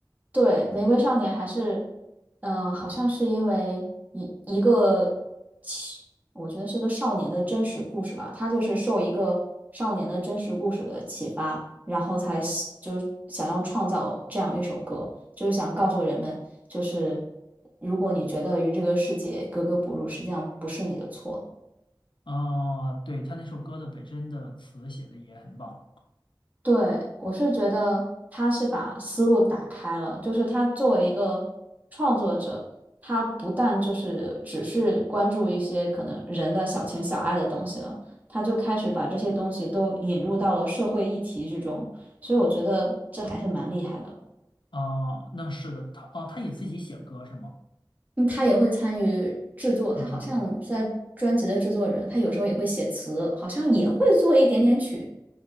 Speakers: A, on the right; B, on the left.
A: 对，《玫瑰少年》还是，嗯，好像是因为一一个其我觉得是个少年的真实故事吧，他就是受一个少年的真实故事的启发，然后才喜就是想要创造这样一首歌，就是想告诉人们，就是如果你觉得与这个世界格格不入，实际上不是你的错。
B: 哦，对，他那首歌的本身的词写的也很棒。
A: 对，我是觉得他是把思路打开了，就是他作为一个创作者，他不但就是只是关注一些可能人的小情小爱的东西了，他就开始把这些东西都引入到了社会议题之中，所以我觉得这还是蛮厉害的。
B: 哦，那是的，他哦，他也自己写歌是吗？
A: 嗯，他也会参与制作，
B: 啊，
A: 他好像是在专辑的制作人，
B: 制作。
A: 他有时候也会写词，好像也会做一点点曲。